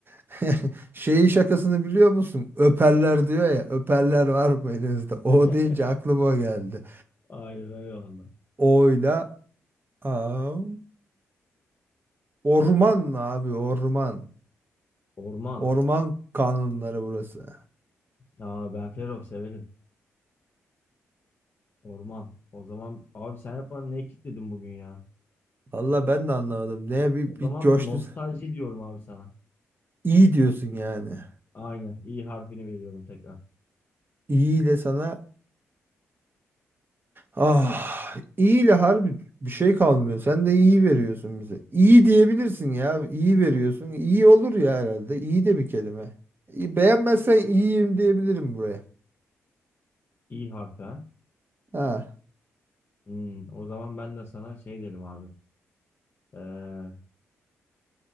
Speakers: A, on the right; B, on the left.
A: <laughs> Şeyi şakasını biliyor musun? Öperler diyor ya. Öperler var mı elinizde? O
B: <laughs>
A: deyince aklıma o geldi.
B: Aynen öyle valla.
A: Oyla Aa, orman abi orman.
B: Orman.
A: Orman kanunları burası.
B: Aa ben Fero severim. Orman. O zaman abi sen hep bana ne kitledin bugün ya?
A: Valla ben de anlamadım. Neye bir,
B: O
A: bir
B: zaman
A: coştun.
B: nostalji diyorum abi sana.
A: İyi diyorsun yani.
B: Aynen. İ harfini veriyorum tekrar.
A: İyiyle sana ah iyiyle harbi bir şey kalmıyor. Sen de iyi veriyorsun bize. İyi diyebilirsin ya. İyi veriyorsun. İyi olur ya herhalde. İyi de bir kelime. İyi- Beğenmezsen iyiyim diyebilirim buraya.
B: İ harfi. ha.
A: Ha.
B: Hmm, o zaman ben de sana şey derim abi. Ee,